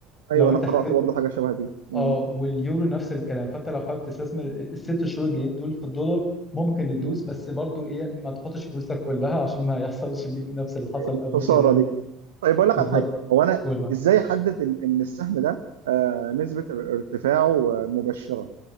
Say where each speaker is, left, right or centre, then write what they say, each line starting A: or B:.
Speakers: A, on the left (about 20°); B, on the right (about 70°).
A: لو
B: ايوه انا
A: انت
B: قرات
A: حابب
B: برضه حاجه شبه دي مم.
A: اه واليورو نفس الكلام فانت لو حابب تستثمر الست شهور الجايين دول في الدولار ممكن تدوس
B: مم.
A: بس برضو ايه ما تحطش فلوسك كلها عشان ما يحصلش ليك نفس اللي حصل
B: الخساره
A: قبل كده يعني
B: دي طيب اقول لك
A: بالظبط
B: على حاجه هو انا
A: قول معاك
B: ازاي احدد ان إن السهم ده آه نسبه ارتفاعه آه، مبشره